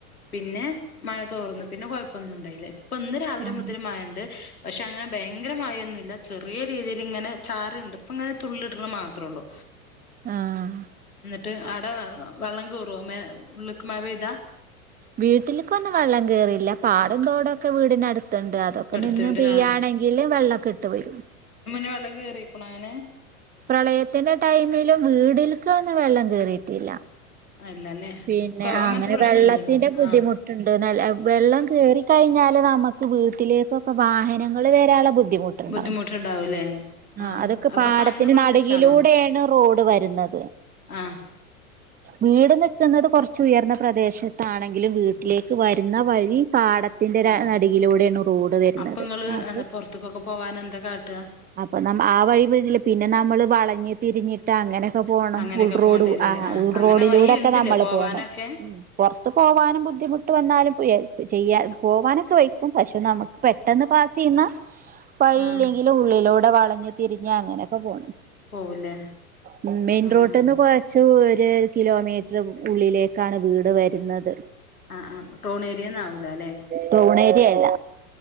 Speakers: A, on the left (about 85°); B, on the right (about 20°).
A: പിന്നെ മഴ തോർന്നു, പിന്നെ കൊയ പ്പൊന്നും ണ്ടായില പ്പ ന്ന് രാവിലെ
B: ആഹ്
A: മുതല് മയണ്ട് പഷെ അങ്ങനെ ഭയങ്കരമായൊന്നുല്ല, ചെറിയ രീതില് ങ്ങനെ ചാറ്ണ്ട് പ്പ പ്പ ങ്ങനെ തുള്ളിട്ണ് മാത്രേള്ളൂ
B: ആഹ്
A: ട്ട് ആടെ വെള്ളം കയറോ, ഉള്ള്ക്ക് മയ പൈത?
B: വീട്ടില്ക്കൊന്നും വള്ളം കേറില്ല. പാടോ തോടൊക്കെ വീടിനടുത്ത് ത്ണ്ട് അതൊക്കെ
A: എടുത്തുണ്ട്
B: നിന്ന് പൈ
A: ആഹ്
B: യാണെങ്കില് വെള്ളൊക്കെട്ട് വരും.
A: കള് കേറീക്ക്ണോ അങ്ങനെ?
B: പ്രളയത്തിന്റെ ടൈമിലും വീടിൽക്കെന്നും വെള്ളം കേറീട്ടില്ല.
A: ഇല്ലല്ലേ
B: പിന്നെ ആഹ്
A: അങ്ങനത്തെ
B: അങ്ങനെ
A: പ്രശ്നൊന്നുമില്ല
B: വെള്ളത്തിന്റെ ബുദ്ധിമുട്ട്ണ്ട്
A: ആഹ്
B: ന്നല വെള്ളം കേറി കഴിഞ്ഞാല് നമക്ക് വീട്ടിലേക്കൊക്കെ വാഹനങ്ങൾ വരാള്ള ബുദ്ധി ബുദ്ധിമുട്ടുണ്ടാവും.
A: ബുദ്ധിമുട്ടുണ്ടാവൂലേ
B: ആ
A: ആഹ്
B: അതൊക്കെ
A: അപ്പൊ
B: പാടത്തിന്റെ
A: താഴ്ന്ന പ്രദേശാണോ
B: നടുകിലൂടെണ് റോഡ് വരുന്നത്.
A: ആഹ്
B: വീട് നിക്കുന്നത് കൊറച്ച് ഉയർന്ന പ്രദേശത്താണെങ്കിലും വീട്ടിലേക്ക് വരുന്ന വഴി. പാടത്തിന്റെ രു
A: ആഹ്
B: നടികിലൂടേണ് റോഡ് വരുന്നത്
A: അപ്പൊ ഇങ്ങള്
B: അപ്പ
A: എന്താ പൊറത്ത്ക്കൊക്കെ പോവാൻ എന്താ കാട്ടാ
B: അപ്പൊ നമ്മ ആ വഴി പിന്നെ നമ്മളെ വളഞ്ഞ് തിരിഞ്ഞിട്ടാങ്ങനെ ക്ക പോണം
A: അങ്ങനെയൊക്കെ
B: ഉൾറോഡ്
A: പോണ്ടി വരൂല്ലേ
B: ആ
A: ആഹ്
B: ഉൾറോഡിലൂടൊക്കെ
A: അങ്ങനെ വഴി ഇണ്ട്ല്ലേ
B: നമ്മള്
A: പോവാനൊക്കെ
B: പോണം. ത്ത് പോവാനും ബുദ്ധിമുട്ട് വന്നാലുംപയ്യ ചെയ്യ പോകാനൊക്കെ വൈക്കും, പശ്ശെ നമുക്ക് പെട്ടെന്ന് പാസുയ്യുന്ന വഴില്ലെങ്കിലും
A: ആഹ്
B: ഉള്ളിലൂടെ വളഞ്ഞ് തിരിഞ്ഞ് അങ്ങനെയൊക്കെ പോകും
A: പോവുല്ലേ
B: മ് മെയിൻ
A: ആഹ്
B: റോട്ടന്ന് കൊറച്ച് ഒരു കിലോ മീറ്റ ഉള്ളിലേക്കാണ് വീട് വരുന്നത്.
A: ആഹ് ആഹ് ടൗൺ ഏരിയന്നാവൂലല്ലേ
B: ടൗൺ ഏരിയല്ല.